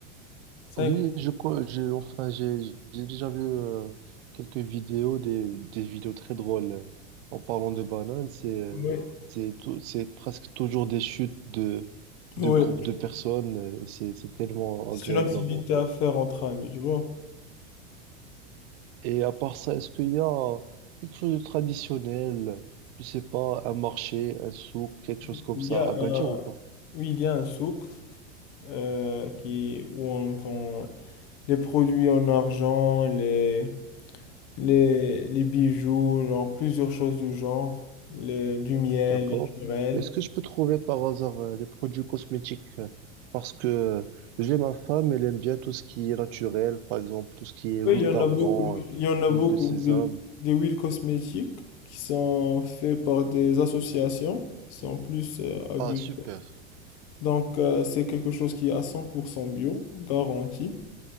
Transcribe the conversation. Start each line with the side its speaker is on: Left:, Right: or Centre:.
Left: c'est
Right: Oui, je co, j'ai, enfin, j'ai, j'ai déjà vu euh, quelques vidéos, des, des vidéos très drôles. euh, En parlant de bananes, c'est, euh,
Left: un- ouais,
Right: c'est tou- c'est presque toujours des chutes de,
Left: ouais,
Right: de groupes de personnes. euh, et C'est, c'est tellement
Left: c'est
Right: agréable
Left: une activité
Right: à voir.
Left: à faire entre amis, tu vois.
Right: Et à part ça, est-ce qu'il y a quelque chose de traditionnel? Je sais pas, un marché, un souk, quelque chose
Left: Il
Right: comme ça,
Left: y a
Right: à Agadir
Left: un,
Right: ou pas?
Left: oui, il y a un souk euh, qui, où on vend les produits en argent, les, les, les bijoux, genre plusieurs choses du genre, le- du miel
Right: D'accord.
Left: naturel.
Right: Est-ce que je peux trouver par hasard euh, les produits cosmétiques? euh, Parce que euh, j'ai ma femme, elle aime bien tout ce qui est naturel, par exemple, tout ce qui est huile
Left: Oui, il y en
Right: d'argan,
Left: a beaucoup.
Right: euh,
Left: Il y en a
Right: huile
Left: beaucoup.
Right: de sésame.
Left: Des, des huiles cosmétiques qui sont faites par des associations qui sont plus euh, à
Right: Ah,
Left: but.
Right: super.
Left: Donc, euh, c'est quelque chose qui est à 100% bio, garanti.